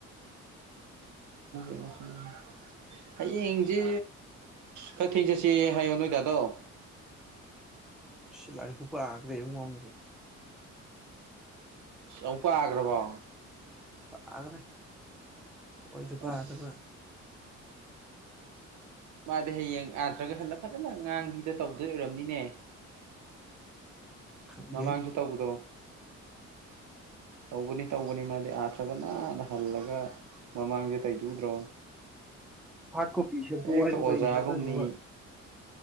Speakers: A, on the right; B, in the centre.
A: <inaudible> ꯍꯌꯦꯡꯁꯦ ꯀ ꯊꯦꯡ ꯆꯠꯁꯦ ꯍꯥꯏꯌꯣ ꯅꯣꯏꯗꯥꯗꯣ <unintelligible>
B: ꯁꯤꯂꯥꯔꯤ ꯄꯨꯄ ꯍꯥꯏꯈ꯭ꯔꯦ꯭ꯔꯦ
A: ꯑꯀꯒ꯭ꯔꯕꯣ
B: ꯄꯥꯈ꯭ꯔꯦ ꯑꯣꯏꯗꯕ
A: ꯑꯁ
B: ꯑꯗꯨꯒ
A: ꯃꯥꯗꯤ ꯍꯌꯦꯡ ꯑꯥꯇ꯭ꯔꯒ ꯍꯜꯂ ꯐꯖꯅ ꯑ ꯉꯥꯡꯕꯤ ꯑꯗꯨꯗ ꯇꯧꯗꯣꯏ ꯑꯣꯏꯔꯝꯅꯤꯅꯦ
B: ꯈꯪꯗꯦ
A: ꯃꯃꯥꯡꯁꯨ ꯇꯧꯕꯗꯣ ꯇꯧꯕꯒꯅꯤ ꯇꯧꯕꯅꯤ ꯃꯥꯗꯤ ꯑꯥꯊ꯭ꯔꯒ ꯀꯅꯥꯟꯅ ꯍꯜꯂꯒ ꯃꯃꯥꯡꯁꯦ ꯇꯩꯗꯨꯗ꯭ꯔꯣ
B: ꯍꯥꯔꯠ ꯀꯣꯄꯤ ꯁꯦꯝꯇꯣꯛꯑꯣ
A: ꯑꯦꯛꯇꯣ
B: ꯍꯥꯏꯗꯣ
A: ꯑꯣꯖꯥꯒꯨꯝꯅꯤ
B: ꯀꯩ ꯁꯦꯝꯗꯣꯏꯅꯣꯕ